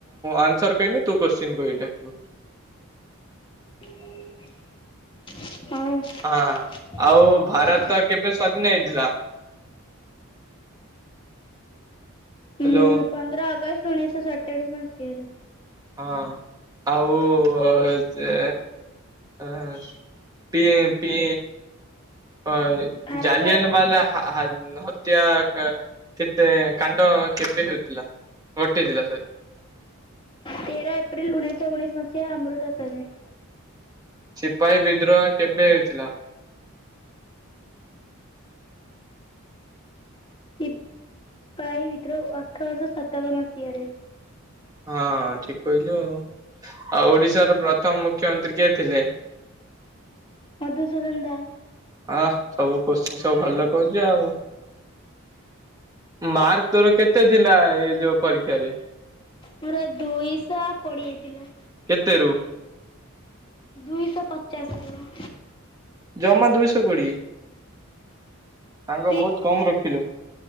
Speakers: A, on the right; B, on the left.
A: ଆନ୍ସର କହିମି ତୁ କୋଶ୍ଚିନ୍ କହି ଡାକବୁ।
B: ହଉ। ହ ଆଉ୍
A: ହଁ।
B: ଆଉ
A: ଭାରତ
B: <inaudible>
A: କେବେ ସ୍ଵାଧୀନ ହେଇଥିଲା
B: ହୁଁ
A: ହ୍ୟାଲୋ
B: ପନ୍ଦର ଅଗଷ୍ଟ ଉଣେଇଶଶହ ସଡଚାଳିଶ ମସିହାରେ।
A: ହଁ ଆଉ ଯେ ଏ। ମ୍ପି ମ୍ପୀ। ଅ
B: ଭାରତର
A: ଜାଲିଆଲାବାଲା ହା ହା ହତ୍ୟା କା କେ ତେ କାଣ୍ଡ କେବେ ହେଉଥିଲା? ଘଟିଥିଲା ସରି।
B: ତେର ଏପ୍ରିଲ ଉଣେଇଶହ ଉଣେଇଶ ମସିହା ଅମୃତସରରେ।
A: ସିପାହୀ ବିଦ୍ରୋହ କେବେ ହେଇଥିଲା?
B: ସିପାଇ ବିଦ୍ରୋହ ଅଠରଶହ ସତାବନ ମସିହାରେ।
A: ହଁ ଠିକ କହିଲୁ ଆଉ। ଆଉ ଓଡିଶାର ପ୍ରଥମ ମୁଖ୍ୟମନ୍ତ୍ରୀ କିଏ ଥିଲେ?
B: ମଧୁସୂଦନ ଦାସ।
A: ହା ସବୁ କୋସ୍ଚୀନ୍ ସବୁ ଭଲ କହୁଚି ଆଉ। ମାର୍କ ତୋର କେତେ ଥିଲା ଏଇ ଯୋଉ ପରୀକ୍ଷରେ?
B: ମୋର ଦୁଇଶହ କୋଡିଏ ଥିଲା।
A: କେତେ ରୁ?
B: ଦୁଇଶହ ପଚାଶରୁ।
A: ଜମା ଦୁଇଶହ କୋଡିଏ। ସାଙ୍ଗ
B: ତି।
A: ବହୁତ କମ ରଖିଲୁ।